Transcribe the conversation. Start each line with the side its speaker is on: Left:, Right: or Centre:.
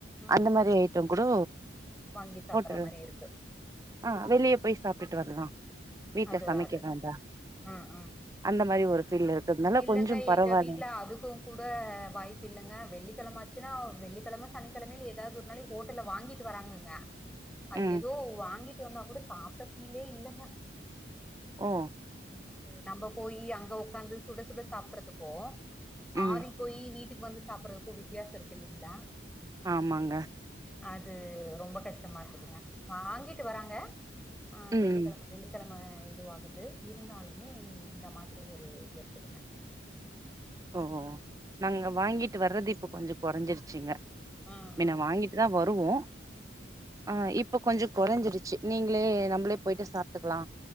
Centre: ம்
Right: அந்த
Centre: ம்
Right: மாரி ஐட்டம் கூடோ
Centre: வாங்கி சாப்பற
Right: போட்ருக்
Centre: மாரி இருக்கு
Right: அ வெளிய போய் சாப்ட்டுட்டு வரலா வீட்ல
Centre: அதுதா
Right: சமைக்க
Centre: அதுதா
Right: வேண்டா
Centre: ம் ம்
Right: அந்த மாரி ஒரு ஃபீல் இருக்கிறதுனால
Centre: இல்லங்க
Right: கொஞ்சோ பரவாயில்லைங்
Centre: எங்க வீட்ல அதுக்கும் கூட வாய்ப் பிள்ளங்க வெள்ளிக்கிழமாச்சுன்னா வெள்ளிக்கிழம சனிக்கிழமையல ஏதாவது ஒரு நாள் ஹோட்டல்ல வாங்கிட்டு வராங்கங்க அது
Right: ம்
Centre: எதோ வாங்கிட் ட்டு வந்தா கூட சாப்ட ஃபீலே இல்லங்க
Right: ஓ
Centre: அது நம்போ போய் அங்க உக்காந்து சுட சுட சாப்டறத்துக்கு
Right: ம்
Centre: ஆறி போய் வீட்டுக்கு வந்து சாப்டுறதுக் க்கு வித்தியாச இருக்கில்லீங்களா
Right: ஆமாங்க
Centre: அது ரொம்ப கஷ்டமா இருக்குதுங்க வாங்கிட்டு வராங்க ஆ
Right: ம்
Centre: வெள்ளிக்கெழம வெள்ளிக் நம்ம இதுவாகுது இருந்தாலுமே இந்த மாதிரி ஒரு இது இருக்குதுங்க
Right: ஓ ஓ நாங்க வாங்கிட்டு வர்றது இப் ப்ப கொஞ்சொ கொறஞ்சிடுச்சிங்க
Centre: ஆ
Right: மின்ன
Centre: ஆ
Right: வாங்கிட்டுதா வருவோ ஆ இப்ப கொஞ்சொ கொறஞ்சிருச்சு நீங்களே நம்மளே போயிட்டு சாப்ட்டுக்கலா